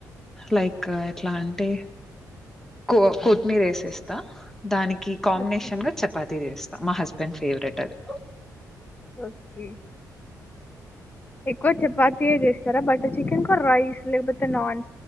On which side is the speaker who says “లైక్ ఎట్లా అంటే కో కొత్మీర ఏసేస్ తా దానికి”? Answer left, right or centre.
Centre